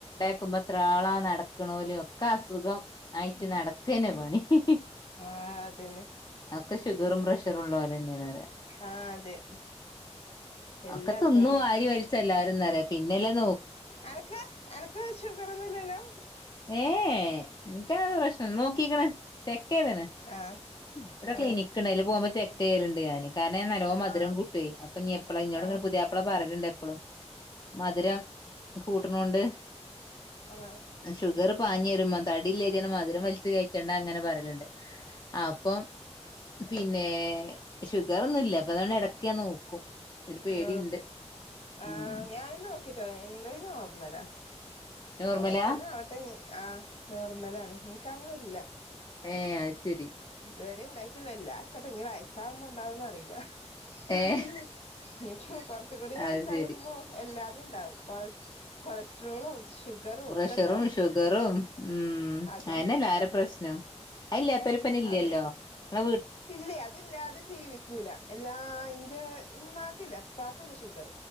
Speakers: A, on the left; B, on the left.
A: നക്കുമ്പോ എത്രള നടക്കണോല് ഒക്കെ അസുഖം ആയിട്ട് നടക്കനെ പണി ഹാ..... ഹാ...
B: ആഹ അതനെ
A: അക്കെ ഷുഗറും പ്രഷർ ഒള്ളോലെന്നെനറിയ.
B: ആഹ് അതെ എല്ലാർക്കും
A: ഒക്കതിന്നും
B: അതെന്നെ
A: വാരി വരിലിച്ചല്ലാരുംന്നറിയ പിന്നെല്ലെ നോ....
B: അനക്ക് അനക്ക് ഷുഗറൊന്നുല്ലല്ലോ?
A: ഏ... ഏ... ഇനിക്കങ്ങനെപ്രശ്നോ.... നോക്കീക്കണ് ചെക്ക് ചെയ്ത്ണ്
B: ആഹ്
A: ഇവിടെ.....
B: ആഹ്
A: ഇനിക്കിണ്ടായില്ല പോവുമ്പോ ചെക്ക്.. ചെയ്യാലുണ്ട് ഞാന് കാരണ ഞാൻ നല്ലോണം മധുര
B: ആഹ്
A: കൂട്ടേ അപ്പൊ നീ എപ്പള ഇന്നോട്
B: ആഹ്
A: ഇങ്ങനെ പുതിയയാപ്പള പറയിലണ്ട് എപ്പോളും മധുരം... കൂട്ടണോണ്ട്.
B: ആഹ
A: ഷുഗർ പാഞ്ഞിവരുമ്പോ തടില്ലേട്ടാണ് മധുരം വലിച്ച്കെറ്റണ്ടന്ന് ഇങ്ങനെ പറയല്ണ്ട് അപ്പം... പിന്നെ...... ഷുഗറൊന്നുല്ല അപ്പൊ അതൊണ്ട് ഇടക്കെ ഞാൻ നോക്കും. ഒരു പേടിയുണ്ട്
B: ആ....... ആ
A: ഉം
B: ഞാനും നോക്കിട്ടോ ന്റെ നോർമല..
A: നോർമലാ
B: അങ്ങനത്തന്നെ അവട്ടെ ഞ് ആ നോർമലാണ് ഇൻക്ക് അങ്ങനെ ഇല്ല..
A: ഏ അയ്, ശരി
B: ഇതുവരെ ണ്ടായിട്ടില്ല ഇല്ലാക്കട്ടെ ഞ് വയസാവുമ്പോണ്ടാവൊന്ന് അറിയില ഹി......
A: ഏഹ്
B: ഹി.... ഇനിപ്പോ കൊറച്ച്കൂടി വയസായ്യുമ്പോ
A: അത് ശരി
B: എല്ലാ... ണ്ടാവും കൊളസ്ട്രോളും.... ഷുഗറും
A: പ്രഷറും
B: ഒക്കെ ഉണ്ടാവും
A: ഷുഗറും ഉം....
B: അതന്നെ
A: അയന്നെ എല്ലാരേം പ്രശ്നം പ്പനില്ലല്ലോ...
B: അതെ
A: ഇങ്ങള്
B: ഇല്ലേ അതില്ലാതെ ജീവിക്കൂല. എല്ലാ ഇന്റെ ഇമ്മക്ക്.. ക്കില്ല എപ്പാക്കണ്ട്ഷുഗർ